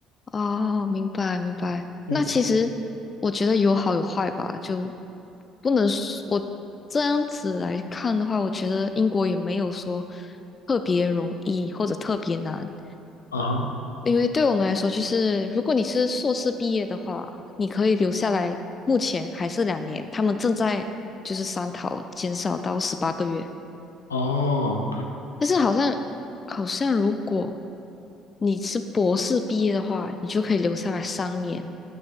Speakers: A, on the left (about 35°); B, on the left (about 85°).
A: 哦，明白明白。
B: 嗯，
A: 那其实我觉得有好有坏吧，就不能说我这样子来看的话，我觉得英国也没有说特别容易或者特别难，
B: 啊哈
A: 因为对我们来说，就是如果你是硕士毕业的话，你可以留下来，目前还是两年，他们正在就是商讨减少到十八个月，
B: 哦，
A: 但是好像好像如果你是博士毕业的话，你就可以留下来三年。